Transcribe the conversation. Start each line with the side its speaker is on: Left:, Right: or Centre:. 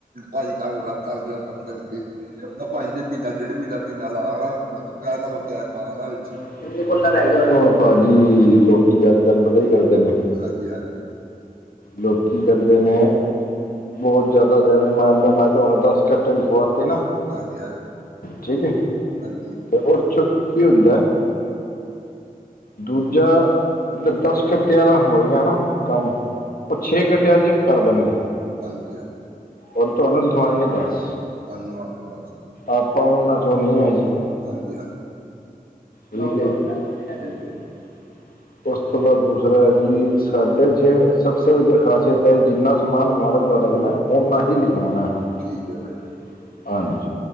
Right: ਭਾਜੀ ਕੰਮ ਘਰ ਦਾ ਕੰਮ ਕਰਨ ਲਗੇ। ਭਾਜੀ ਨੇ ਮਹੀਨਾ ਡੇਢ ਮਹੀਨਾ ਮਹੀਨਾ ਲਾ ਲਾਣਾ ਕਹਿ ਦੇਣਾ ਟੈਮ ਪਾ ਲਾ ਨਾ ਵਿੱਚ।
Left: <unintelligible> ਓ ਭਾਜੀ ਲੋਕੀਂ ਅੱਜ-ਕੱਲ੍ਹ ਪਤਾ ਕੀ ਕਰਦੇ ਨੇ।
Right: ਹਾਂਜੀ-ਹਾਂਜੀ।
Left: ਲੋਕੀ ਕਰਦੇ ਨੇ ਬਹੁਤ ਜ਼ਿਆਦਾ-ਜਿਆਦਾ ਮਾਰਨ। ਮੈਂ ਤੁਹਾਨੂੰ ਦਸ ਘੰਟੇ ਲਿਖਵਾਤੇ ਨਾ
Right: ਹਾਂਜੀ-ਹਾਂਜੀ,
Left: ਠੀਕ ਐ।
Right: ਹਾਂਜੀ,
Left: ਤੇ ਹੋਰ ਚੱਪੁ ਕੀ ਹੁੰਦਾ। ਦੂਜਾ ਜਿਹੜਾ ਦਸ ਘੰਟਿਆਂ ਦਾ ਹੋਏਗਾ ਨਾ ਕੰਮ। ਉਹ ਛੇ ਘੰਟੇ 'ਚ ਕਰ ਦੇਣਗੇ।
Right: ਹਾਂਜੀ-ਹਾਂਜੀ।
Left: ਔਰ ਤੁਹਾਨੂੰ ਲਿਖਵਾਂਗੇ ਦੱਸ।
Right: ਇਹਨੂੰ ਆ ਗੇ ਦਸ
Left: ਆਪਾਂ ਉਹਨਾਂ 'ਚੋ ਨੀ ਹੈਗੇ।
Right: ਹਾਂਜੀ-ਹਾਂਜੀ।
Left: <unintelligible>
Right: ਠੀਕ ਹੈ ਜੀ
Left: <inaudible> ਉਸ ਤੋਂ ਬਾਅਦ ਦੂਸਰਾ ਜੀ ਸਾਡੇ ਛੇ ਸਭ ਸੇ ਵਧੀਆ ਖਾਸੀਅਤ ਹੈ। ਜਿੰਨਾ ਸਮਾਨ ਮਾਲਕ ਤੁਹਾਡਾ ਕਹਿਣਾ ਉਨ੍ਹਾਂ
Right: ਹਾਂ
Left: ਹੀ ਲਿਖਵਾਉਣਾ
Right: ਠੀਕ ਹੈ
Left: <inaudible>
Right: ਭਾਅ ਜੀ
Left: ਹਾਂਜੀ।